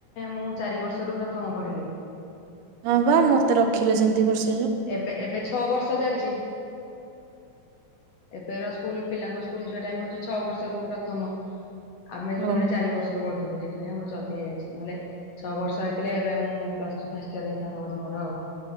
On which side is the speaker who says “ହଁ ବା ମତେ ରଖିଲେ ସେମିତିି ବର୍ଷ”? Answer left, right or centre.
Right